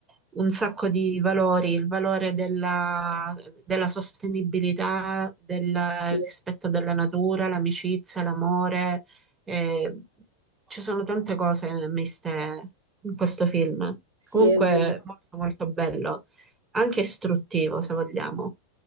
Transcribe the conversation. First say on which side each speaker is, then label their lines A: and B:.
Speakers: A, on the right (about 15°); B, on the right (about 80°).
A: un sacco di valori, il valore della, della sostenibilità, del
B: sì,
A: rispetto della natura, l'amicizia, l'amore, eh, ci sono tante cose miste in questo film.
B: sì,
A: Comunque
B: è vero.
A: molto molto bello, anche istruttivo se vogliamo.